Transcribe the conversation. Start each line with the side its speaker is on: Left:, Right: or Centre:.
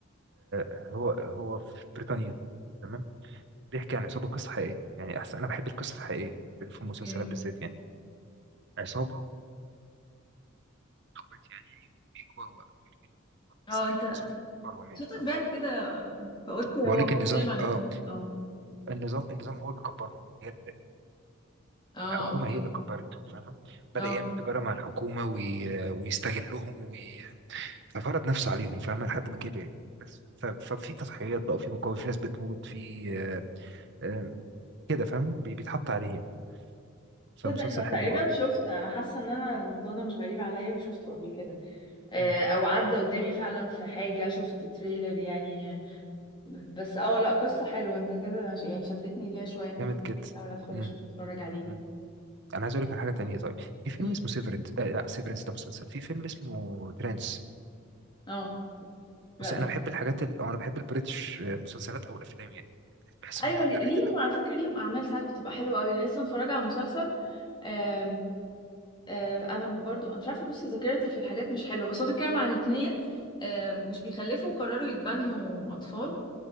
Right: هو هو في بريطانيا تمام بيحكي عن عصابه قصه حقيقيه يعني احسن انا بحب القصه الحقيقيه في في المسلسلات
Left: اوكي
Right: بالذات يعني عصابه اخوات يعني بيكبروا بقى
Left: اه
Right: بس
Left: انت
Right: النظام اللي كبرهم يعني
Left: صوتك
Right: اه
Left: باك كده فقلت هو
Right: بقول لك
Left: بيتكلم
Right: النظام
Left: عن افلام
Right: اه
Left: اه
Right: النظام النظام هو اللي كبرهم هي
Left: اه
Right: الحكومة
Left: اوكي
Right: هي اللي كبرتهم فاهمة بدأ
Left: اه
Right: يعمل تجارة مع الحكومة وي... ويستغلهم وي... ففرض نفسه عليهم فاهمة لحد ما كبر بس ف... ففي تضحيات بقى وفي مقاومة في ناس بتموت في آه، آه، كده فاهم بي... بيتحط عليه يعني فمسلسل
Left: تصدق انا
Right: حلو
Left: تقريبا
Right: برضه
Left: شفت انا حاسه ان انا الموضوع ده مش غريب عليا شفته قبل كده آه،
Right: مم.
Left: او عدى قدامي فعلا في حاجه شفت تريلر يعني ب- بس اه لا قصة حلوة انت كده عش- يعني شدتني ليها شوية ان
Right: جامد
Left: انا
Right: كده
Left: احاول ادخل
Right: مم.
Left: اشوف اتفرج عليه
Right: مم. أنا عايز أقول لك على حاجة تانية طيب في فيلم
Left: مم.
Right: اسمه سيفرنس آه لا سيفرنس ده مسلسل في فيلم اسمه ترانس
Left: اه لا
Right: بص
Left: ده
Right: أنا
Left: مش-
Right: بحب الحاجات ال... أو أنا بحب البريتش آه، مسلسلات أو الأفلام يعني بحس
Left: ايوه
Right: إنهم أندر
Left: لي- ليهم
Right: ريتد أوي
Left: على فكرة ليهم اعمال ساعات بتبقى حلوة قوي انا لسه متفرجة على مسلسل آم، آم، انا برضو أنا مش عارفة بص ذاكرتي في الحاجات مش حلوة بس هو بيتكلم عن اتنين آم، مش بيخلفوا وقرروا يتبنوا اطفال